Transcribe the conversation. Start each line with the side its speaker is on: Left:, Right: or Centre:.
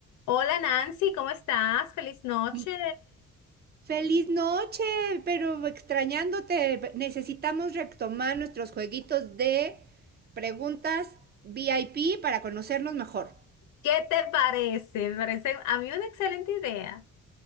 Left: Hola Nancy, ¿cómo estás? Feliz noche.
Right: Mm, Feliz noche, pero extrañándote. Necesitamos retomar nuestros jueguitos de preguntas VIP para conocernos mejor.
Left: ¿Qué te parece? Me parece a mí una excelente idea.